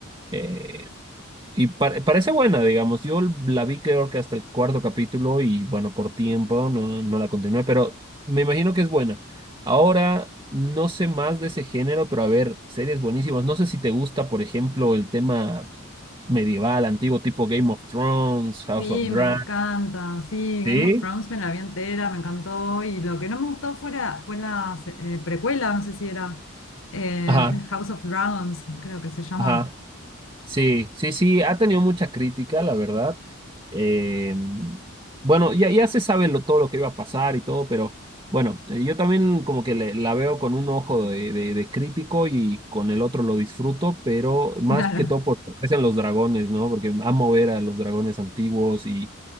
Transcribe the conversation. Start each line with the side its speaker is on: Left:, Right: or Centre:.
Right: Eh, y pa- parece buena, digamos. Yo la vi creo que hasta el cuarto capítulo y bueno, por tiempo no, no la continué, pero me imagino que es buena. Ahora... No sé más de ese género, pero a ver, series buenísimas. No sé si te gusta, por ejemplo, el tema medieval, antiguo, tipo Game of Thrones, House
Left: Sí,
Right: of Dragons.
Left: me encanta. Sí, Game
Right: Sí,
Left: of Thrones me la vi entera, me encantó. Y lo que no me gustó fuera, fue la eh, precuela, no sé si era eh,
Right: Ajá,
Left: House of Dragons, creo que se llama.
Right: ajá. Sí, sí, sí, ha tenido mucha crítica, la verdad. Eh, bueno, ya, ya se sabe lo, todo lo que iba a pasar y todo, pero bueno, eh, yo también como que le- la veo con un ojo de, de- de crítico y con el otro lo disfruto, pero más
Left: <laughs> Claro.
Right: que todo porque aparecen los dragones, ¿no? Porque amo ver a los dragones antiguos y